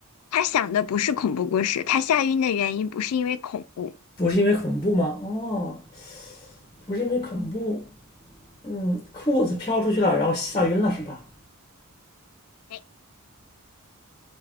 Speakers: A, on the left; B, on the left.
A: 他想的不是恐怖故事，他吓晕的原因不是因为恐怖，
B: 不是因为恐怖吗？哦，不是因为恐怖，嗯，裤子飘出去了，然后吓晕了是吧？
A: 对，